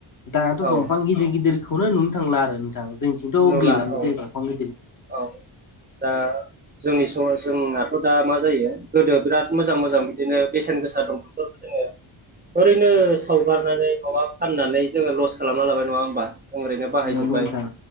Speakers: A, on the left; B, on the right.
A: दानाथ'
B: औ
A: दंफां गिदिर गिदिरखौनो नुनो थांला आरो नोंथां। जोंथिंथ'
B: नुला
A: गैलानो
B: औ
A: जाय दंफां गदिर
B: औ दा जोंनि स जोंनाथ' दा मा जायो गोदो बिराद मोजां मोजां बिदिनो बेसेन गोसा दं जोङो ओरैनो सावगारनानै माबा फाननानै जोङो लस खालामना लाबाय नङा होमबा जों ओरैनो बाहायजोबबाय
A: नंगौ नोंथां